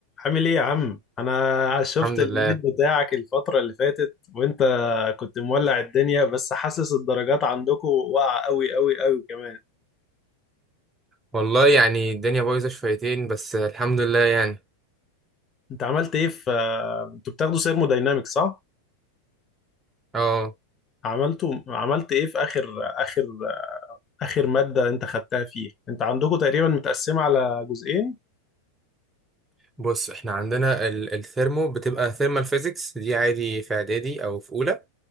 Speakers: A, on the left; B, on the right.
A: عامل ايه يا عم انا شفت
B: الحمد
A: النت
B: لله
A: بتاعك الفترة اللي فاتت وانت كنت مولع الدنيا بس حاسس الدرجات عندكم واقعة قوي قوي قوي كمان
B: والله يعني الدنيا بايظة شويتين بس الحمد لله يعني
A: انت عملت ايه في آه، انتوا بتاخدوا سيرموداينامكس صح
B: اه
A: عملتوا عملت ايه في اخر اخر اخر مادة انت خدتها فيها انت عندكم تقريبا متقسمة على جزئين
B: بص احنا عندنا ال- الثيرمو بتبقى ثيرمال فيزيكس دي عادي في اعدادي او في اولى